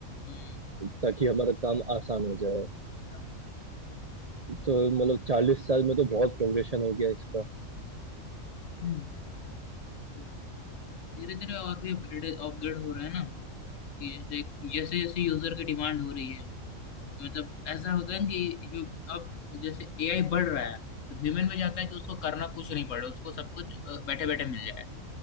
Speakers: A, on the left; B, on the right.
A: हम्म
B: ताकि हमारा काम आसान हो जाए
A: हाँ,
B: तो मतलब चालीस साल में तो बहुत प्रोग्रेशन हो गया इसका
A: हम्म, तो धीरे धीरे और भी अपग्रेड अपग्रेड हो रहा है ना कि जैसे जैसे जैसे यूजर की डिमांड हो रही है मतलब ऐसा होता है ना कि ह्यू- अब जैसे एआई बढ़ रहा है तो ह्यूमन में जाता है कि उसको करना कुछ नहीं पड़े उसको सब कुछ बैठे बैठे मिल जाए